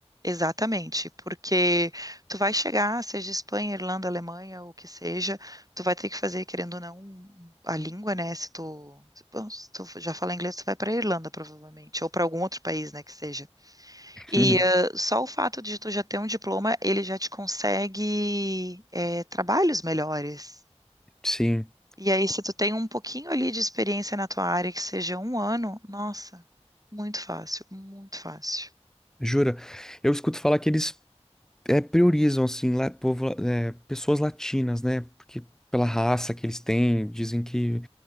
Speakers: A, on the right; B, in the centre.
A: Exatamente, porque tu vai chegar, seja Espanha, Irlanda, Alemanha, o que seja, tu vai ter que fazer, querendo ou não, um, a língua, né? Se tu, bom, se tu já fala inglês, tu vai para Irlanda, provavelmente, ou para algum outro país, né, que seja. E
B: Uhum.
A: eh, só o fato de tu já ter um diploma, ele já te consegue eh, trabalhos melhores.
B: Sim,
A: E aí, se tu tem um pouquinho ali de experiência na tua área, que seja um ano, nossa, muito fácil, muito fácil.
B: jura. Eu escuto falar que eles é, priorizam assim la- povo, é, pessoas latinas, né? Porque pela raça que eles têm, dizem que